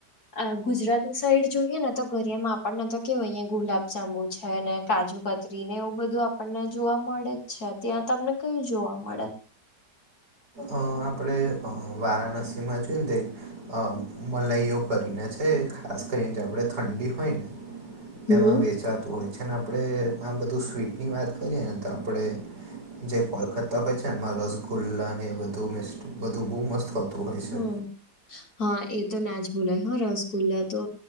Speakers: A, on the left (about 65°); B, on the right (about 80°).
A: આ ગુજરાતી સાઈડ જોઈએ ને તો ગરિયામાં આપણને તો કેવાય અહીંયા ગુલાબ જાંબુ છે ને કાજુ કા તરી ને એવું બધું આપણને જોવા મળે જ છે ત્યાં તમને કયું જોવા મળે
B: અ આપણે વારાણસીમાં જોયએ ને તો મલાઈઓ કરીને છે ખાસ કરીને જાઓ આપણે ઠંડી હોય ને
A: હમ
B: એમાં વેચાતું હોય છે ને આપણે આ બધું સ્વીટ ની વાત કરીએ ને તો આપણે જે કોલકતા હોય છે એમાં રસગુલ્લા ને એવુ બધું મિસ્ટ બધું બહુ મસ્ત હોતું હોય છે
A: હમ્મ હા એ તો ના જ ભૂલાય હ રસગુલ્લા તો